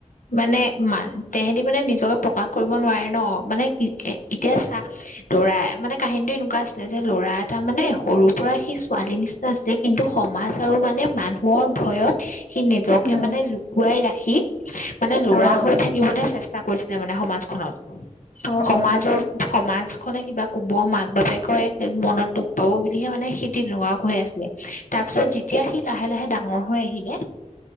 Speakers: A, on the left (about 75°); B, on the left (about 55°).
A: মানে ম তেহেতি মানে নিজকে প্ৰকাশ কৰিব নোৱাৰে ন মানে এতিয়া চাহ দৌৰা মানে কাহিনীটো এনেকুৱা এতিয়া যে ল'ৰা এটা মানে সৰুৰ পৰা সি ছোৱালীৰ নিচিনা আছিলে কিন্তু সমাজ আৰু মানে মানুহৰ ভয়ত সি নিজকে
B: উম,
A: মানে লো লুকুৱাই ৰাখি মানে লৰা
B: অ', অ',
A: হৈ থাকিবলে চেষ্টা চেষ্টা কৰিছিলে মানে সমাজখনত
B: অ',
A: সমাজৰ
B: অ'।
A: সমাজ খনে কিবা কব মাক বাপে কয় মনত দুখ পাব বুলিহে মানে সি তেনেকুৱা কৈ আছিলে তাৰ পিছত যেতিয়া সি লাহে লাহে ডাঙৰ হৈ আহিলে